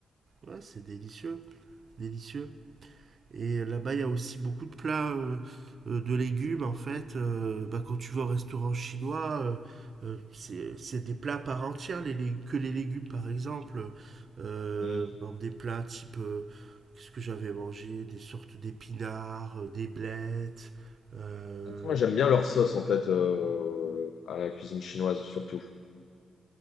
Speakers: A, on the right; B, on the left.
A: ouais, c'est délicieux, délicieux. Et là-bas, il y a aussi beaucoup de plats euh, euh, de légumes, en fait. Euh, bah, quand tu vas au restaurant chinois, euh, euh, c'est, c'est des plats à part entière, les, lég- que les légumes, par exemple. Euh,
B: Mm.
A: bon, des plats type, euh, qu'est-ce que j'avais mangé? Des sortes d'épinards, euh, des blettes. euh,
B: Moi, j'aime bien leur sauce, en fait, euh, à la cuisine chinoise, surtout.